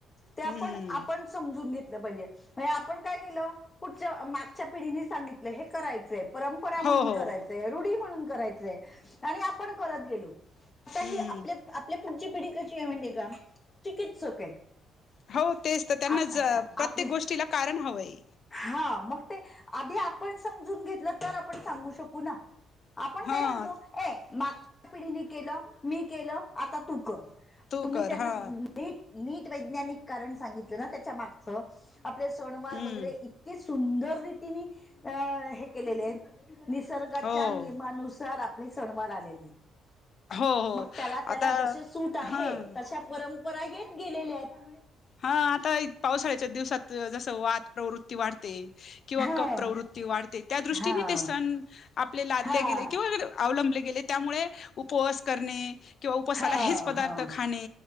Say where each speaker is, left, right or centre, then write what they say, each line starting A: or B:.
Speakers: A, on the left; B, on the left.
A: ते आपण
B: हम्म
A: आपण समजून घेतलं पाहिजे नाही आपण काय केलं पुढच्या मागच्या पिढीनी सांगितलं हे कराय चय परंपरा म्हणून
B: हो हो
A: करायचय रुढी म्हणून करायचय आणि आपण करत गेलो.
B: हम्म
A: आता ही आपल्या आपल्या पुढची पिढी कशी आहे म्हणजे का चिकित्सक आहे.
B: हव तेच तर त्यांना
A: आप
B: ज प्रत्येक
A: आपले
B: गोष्टीला कारण हवंय.
A: हा मग ते आधी आपण समजून घेतलं तर आपण सांगू शकू ना. आपण
B: हा
A: काय म्हणतो ए मागच्या पिढीने केलं मी केलं आता तू कर.
B: तू
A: तुम्ही
B: कर
A: त्यांना
B: हा
A: नीट नीट वैज्ञानिक कारण सांगितलं ना त्याच्या मागचं आपले सणवार
B: हम्म
A: वगैरे इतके सुंदर रीतीने अ हे केलेले आहेत. निसर्गाच्या
B: हो
A: नियमानुसार आपले सणवार आलेले आहेत.
B: हो हो
A: मग त्याला त्याला
B: आता
A: जसे सूट आहे
B: हां.
A: तशा परंपरा येत गेलेले आहेत.
B: हा आता पावसाळ्याच्या दिवसात जसं वात प्रवृत्ती वाढते किंवा
A: हा
B: कफ प्रवृत्ती वाढते त्या दृष्टीने
A: हा
B: ते सण आपले लादले
A: हा
B: गेले किंवा अवलंबले गेले त्यामुळे उपवास करणे. किंवा उपासाला
A: हा
B: हेच पदार्थ
A: हा
B: खाणे,